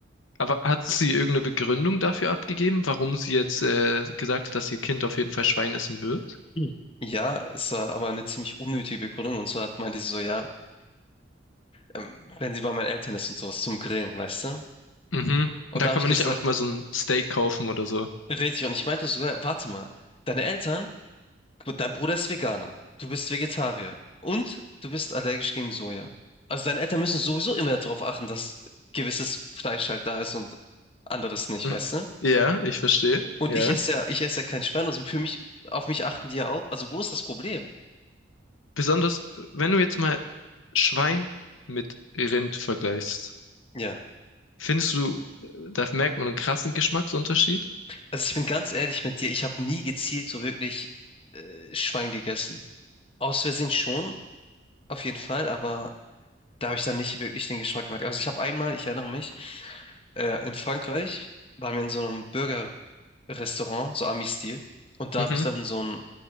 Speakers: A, on the left; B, on the left.
A: Aber hat sie irgendeine Begründung dafür abgegeben, warum sie jetzt äh, gesagt hat, dass ihr Kind auf jeden Fall Schwein essen wird?
B: Hm. Ja, es war aber eine ziemlich unnötige Begründung. Und zwar hat- meinte sie so, ja, ähm, wenn sie bei meinen Eltern ist und sowas zum Grillen, weißt du?
A: Mhm.
B: Und
A: Und da
B: da habe
A: kann
B: ich
A: man
B: gesagt,
A: nicht einfach mal so ein Steak kaufen oder so.
B: richtig. Und ich meinte sogar, warte mal, deine Eltern Gut, dein Bruder ist Veganer, du bist Vegetarier und du bist allergisch gegen Soja. Also deine Eltern müssen sowieso immer darauf achten, dass gewisses Fleisch halt da ist und anderes nicht,
A: Mm,
B: weißt du?
A: Ja, ich verstehe.
B: Und
A: Ja.
B: ich esse ja, ich esse ja kein Schwein, also für mich, auf mich achten die ja auch. Also wo ist das Problem?
A: Besonders, wenn du jetzt mal Schwein mit Rind vergleichst,
B: Ja.
A: findest du, äh, da merkt man einen krassen Geschmacksunterschied?
B: Also ich bin ganz ehrlich mit dir, ich habe nie gezielt so wirklich äh, Schwein gegessen. Aus Versehen schon, auf jeden Fall, aber da habe ich dann nicht wirklich den Geschmack gemerkt. Also ich habe einmal, ich erinnere mich, Äh, in Frankreich waren wir in so einem Burger-Restaurant, so Ami-Stil. Und da
A: Mhm.
B: habe ich dann so einen